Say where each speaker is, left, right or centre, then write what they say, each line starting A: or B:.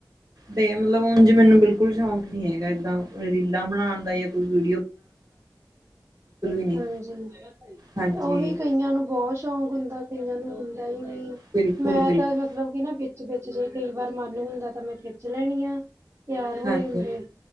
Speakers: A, on the right; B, on the right.
A: ਤੇ ਮਤਲਬ ਉਝ ਮੈਨੂੰ ਬਿਲਕੁਲ ਸ਼ੌਂਕ ਨੀ ਹੈਗਾ, ਏਦਾਂ ਰੀਲਾਂ ਬਣਾਉਣ ਦਾ ਜਾਂ ਕੁਝ ਵੀ ਨੀ
B: ਹਾਂਜੀ,
A: ਹਾਂਜੀ
B: ਉਹੀ ਕਈਆਂ ਨੂੰ ਬੋਤ ਸ਼ੌਕ ਹੁੰਦਾ ਕਈਆਂ ਨੂੰ ਹੁੰਦਾ ਈ ਹੀ ਨਹੀਂ
A: ਬਿਲਕੁਲ
B: ਮੈਂ
A: ਬਿਲਕੁਲ
B: ਤਾਂ ਮਤਲਬ ਕੀ ਨਾ ਵਿੱਚ ਜੇ ਕਈ ਵਾਰ ਮਨ ਹੁੰਦਾ ਤਾਂ ਮੈਂ ਖਿੱਚ ਲੈਣੀ ਆ, ਤਿਆਰ ਹੋਏ
A: ਹਾਂਜੀ
B: ਹੁੰਦੇ